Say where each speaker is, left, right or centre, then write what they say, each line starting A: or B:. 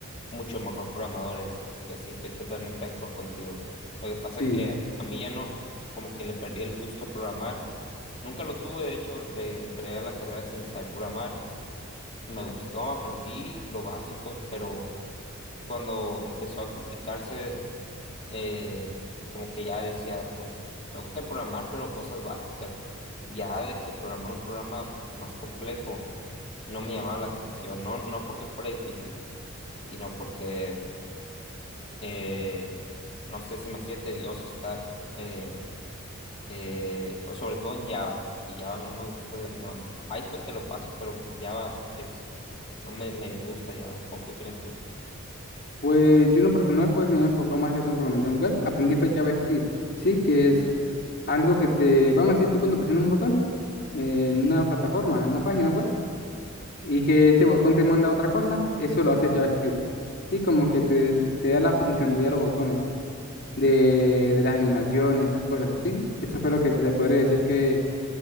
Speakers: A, on the left (about 30°); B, on the left (about 50°).
A: mucho mejor programador es. Entonces, sí, estoy totalmente de acuerdo contigo. Lo que pasa
B: Sí.
A: que a mí ya no, como que le perdí el gusto a programar. Nunca lo tuve, de hecho, de entré a la carrera sin saber programar. Me gustó, aprendí lo básico, pero cuando empezó a complicarse, eh, como que ya decía, pues, me gusta programar, pero cosas básicas. Ya de que programar un programa más complejo no me llamaba la atención, no, no porque fuera difícil, sino porque, eh, no sé, se me hacía tedioso estar, eh, eh, pues, sobre todo en Java, porque Java no me gusta, no, Python te lo paso, pero Java es, no me, me disgusta Java. ¿O qué opinas tú?
B: Pues yo en lo personal pues me he enfocado más que todo en programación web. Aprendí fue JavaScript, sí, que es algo que te, vamos a decir, tú cuando presionas un botón en una plataforma, en una página web, y que este botón te manda a otra cosa, eso lo hace JavaScript. Sí, como que te, te da la funcionalidad de los botones, de, de las animaciones, estas cosas, ¿sí? Eso fue lo que se podría decir que